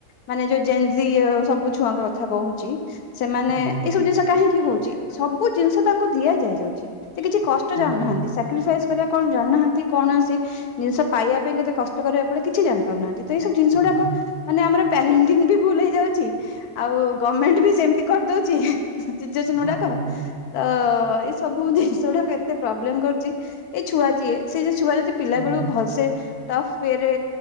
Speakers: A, on the left; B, on the right.
A: ମାନେ ଯୋଉ ଜେଞ୍ଜି ସବୁ ଛୁଆଙ୍କ କଥା କହୁଛି ସେମାନେ
B: ହଁ
A: ଏଇସବୁ ଜିନିଷ କାହିଁକି ହୋଉଚି। ସବୁ ଜିନିଷ ତାଙ୍କୁ ଦିଆ ଯାଇ-ଯାଉଛି ସେ କିଛି କଷ୍ଟ
B: ହୁଁ,
A: ଜାଣୁନାହାନ୍ତି ସାକ୍ରିଫାଇସ୍ କରିବା କଣ ଜାଣିନାହାନ୍ତି କୌଣସି ଜିନିଷ ପାଇବା ପାଇଁ କେତେ କଷ୍ଟ କରିବା ପଡେ କିଛି ଜାଣ ନାହାନ୍ତି ତ ଏଇ ସବୁ ଜିନିଷ
B: ହଁ
A: ଗୁଡାକ
B: ହଁ ହୁଁ,
A: ମାନେ ଆମର ପ୍ୟାରେଣ୍ଟି ବି ଭୁଲ ହେଇଯାଉଛି ଆଉ ଗଭର୍ଣମେଣ୍ଟ ବି ସେମିତି କରିଦେଉଛି ସିଚୁଏସନ
B: ହଁ
A: ଗୁଡାକ
B: ହଁ ହଁ
A: ତ ଏଇସବୁ ସବୁ ଜିନିଷ ଗୁଡାକ ଏତେ ପ୍ରୋବ୍ଲେମ କରିୁଛି ଏଇ ଛୁଆ ଯିଏ ସେ ଯୋଉ ଛୁଆ ଯଦି ପିଲା
B: ହୁଁ,
A: ବେଳକୁ ଭଲସେ ଟପ୍ ଉୟେ ରେ